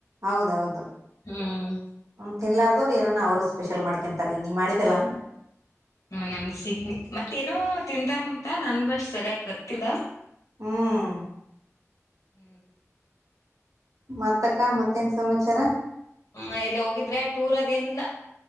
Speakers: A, on the right; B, on the left.
A: ಹೌದೌದು
B: ಹ್ಮ್
A: ಹ್ಮ ತಿನ್ಲಾರ್ದವ್ರು ಏನಾನ ಅವರು ಸ್ಪೆಷಲ್ ಮಾಡ್ಕೊಂತಾರೆ ನೀ ಮಾಡಿದೆಲ್ಲ ಹಂಗೆ
B: ಹ್ಮ ನಮ್ದು ಸಿಗ್ ಮತ್ತೇಏನೋ ತಿಂತಾರ ಅಂತ ನನ್ಗ ಅಷ್ಟ್ ಸರಿಯಾಗಿ ಗೊತ್ತಿಲ್ಲ
A: ಹ್ಮ್
B: ಹ್ಮ್
A: ಮತ್ತಕ್ಕ ಮತ್ತೇನ್ ಸಮಾಚಾರ
B: ಹ ಎಲ್ಲ ಹೋಗಿದ್ರೆ ಟೂರ್ ಅದೇನಿಲ್ಲ